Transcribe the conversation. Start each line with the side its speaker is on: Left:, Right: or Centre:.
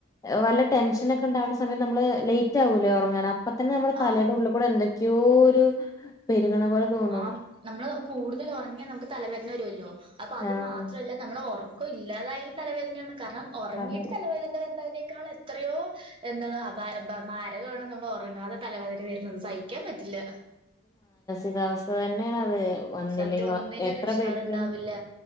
Left: വല്ല ടെൻഷനൊക്കെണ്ടാവേ സമയം നമ്മള് ലൈറ്റ് ആകൂലേ ഉറങ്ങാൻ അപ്പ തന്നെ നമ്മടെ
Right: ആഹ്
Left: തലടെ ഉള്ളി കൂടെ എന്തൊക്കെയോ ഒരു പെരുകണ പോലെ തോന്നും
Right: ആ നമ്മള് കൂടുതൽ ഒറങ്ങ്യ നമക്ക് തലവേതന വരൊല്ലോ അപ്പൊ അത്
Left: ആഹ്
Right: മാത്രല്ല നമ്മൾ ഒർക്കൊഇല്ലാത്തല്ലാതായാല് തലവേദനയാണ് കാരണം ഉറങ്ങിയിട്ട്
Left: അതെ
Right: തലവേദന ത- ഇതിനേക്കാൾക്കാൾ എത്രയോ എന്താ അഭാ മാരകാണ് നമ്മളൊറങ്ങാത തല വേ--ധാന വേദന വേർന്നത് ത്സയിക്കാൻ പറ്റില്ല
Left: ഇതാ അവസ്ഥന്നേന് ഇല്ലാതെ വന്നില്ലെങ്കഇല്
Right: സത്യം ഒന്നിനും
Left: എത്ര
Right: ഒരു ഉഷാറുണ്ടാവില്ല
Left: പേർക്ക്